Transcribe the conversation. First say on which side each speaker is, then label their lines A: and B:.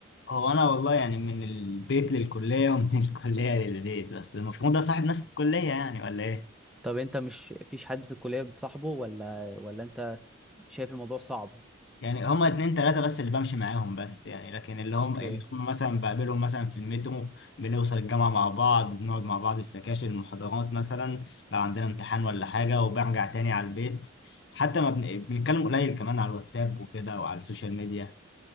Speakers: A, on the left (about 55°); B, in the centre.
A: هو انا والله يعني من البيت للكلية ومن <laughs> الكلية للبيت بس المفروض اصاحب ناس في الكلية يعني ولا ايه
B: طب انت مش فيش حد في الكلية بتصاحبه ولا ولا انت شايف الموضوع صعب
A: يعني هما اتنين تلاتة بس اللي بمشي معاهم بس يعني لكن اللي هم
B: اوكي
A: اللي هم مثلا بقابلهم مثلا في المترو بنوصل الجامعة مع بعض بنقعد مع بعض السكاشن المحاضرات مثلا لو عندنا امتحان ولا حاجة وبرجع تاني على البيت حتى ما بن... بنتكلم قليل كمان على الواتساب وكده وعلى السوشيال ميديا